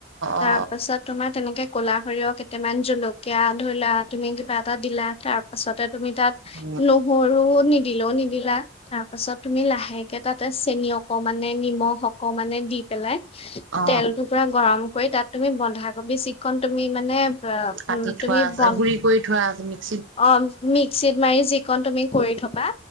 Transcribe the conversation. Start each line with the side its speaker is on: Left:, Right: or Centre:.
Right: অ
Left: তাৰ পাছত তোমাৰ তেনেকে ক'লা সৰিয়হ কেইটামান জলকীয়া ধৰিলা তুমি কিবা এটা দিলা তাৰ পাছতে তুমি তাত
Right: অ
Left: নহৰু নি দিলেও নিদিলা তাৰ পাছত তুমি লাহেকে তাতে চেনি অকণ অকমানে নিমখ অকমানে দি পেলাই
Right: অ
Left: তেলটো পুৰা গৰম কৰি তাত তুমি বন্ধাকবি চিকন তুমি মানে উম
Right: কাটি থোৱাছে
Left: তুমি বন
Right: গুৰি কৰি থোৱা আ
Left: অ মিক্সিত মাৰি যিকণ তুমি কৰি থবা